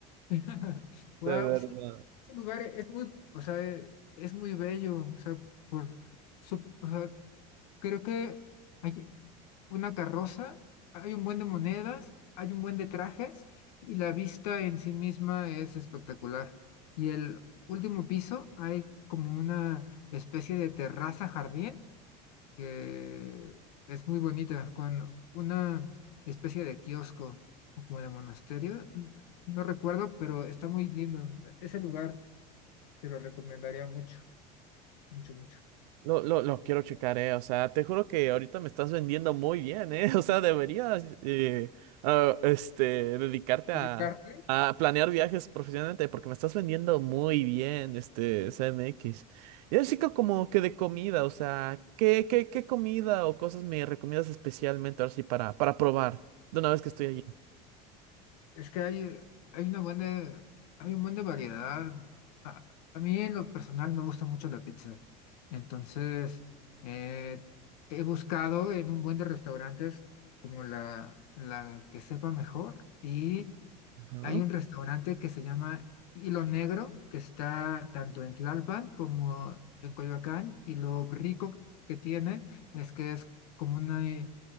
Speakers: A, on the left; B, on the right.
A: <laughs> Wow,
B: de verdad.
A: sí, ese lugar es muy, o sea, e- es muy bello, o sea, por su, o sea, creo que allí- una carroza, hay un buen de monedas, hay un buen de trajes y la vista en sí misma es espectacular. Y el último piso hay como una especie de terraza jardín que es muy bonita, con una especie de kiosco o como de monasterio. n- No recuerdo, pero está muy lindo. Ese lugar te lo recomendaría mucho, mucho, mucho.
B: Lo, lo, lo quiero checar, eh. O sea, te juro que ahorita me estás vendiendo muy bien, eh. <laughs> O sea, deberías eh, ah, este, dedicarte
A: Dedicarte,
B: a, a planear viajes profesionalmente, porque me estás vendiendo muy bien, este, CMX. Y así que como que de comida, o sea, ¿qué, qué, qué comida o cosas me recomiendas especialmente ahora sí para, para probar de una vez que estoy allí?
A: Es que hay, hay una buena, hay un buen de variedad. A, a mí en lo personal me gusta mucho la pizza. Entonces, eh, he buscado en un buen de restaurantes como la, la que sepa mejor y
B: Ajá.
A: hay un restaurante que se llama Hilo Negro, que está tanto en Tlalpan como en Coyoacán, y lo rico que tiene es que es como una, eh,